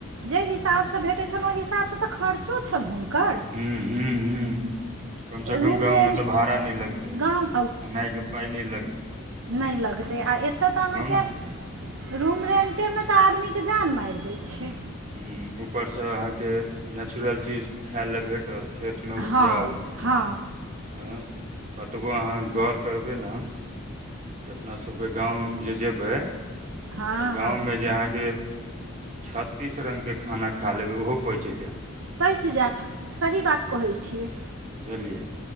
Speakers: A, on the right (about 70°); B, on the right (about 35°).
A: जे हिसाबसँ भेटै छनि ओई हिसाबसँ तऽ खर्चो छनि हुनकर
B: हूँ हूँ हूँ कम से कम
A: रूम
B: गाँव
A: रेंट
B: मे तऽ भाड़ा नै लगतेै खेनाय
A: गाँव
B: के पाय नै लगतेै
A: नै लगतै आ एतऽ तऽ आहाँके
B: ने
A: रूम रेन्टे मे तऽ आदमी के जान माइर दै छै
B: हुँ ऊपर स अहाँ के नेचुरल चीज खाए लेए भेटत खेत मे उपजाऊ
A: हँ हँ
B: अंह कतबो अहाँ गऽर करबै न जे अपना सबके गाँव जे जेबै
A: हँ
B: तऽ
A: हँ
B: गाँवमे जे आहाँ के छत तीस रंग के खाना खा लेबै उहो पैच जेऽत
A: पैच जेऽत सही बात कहै छियै
B: बुझलियै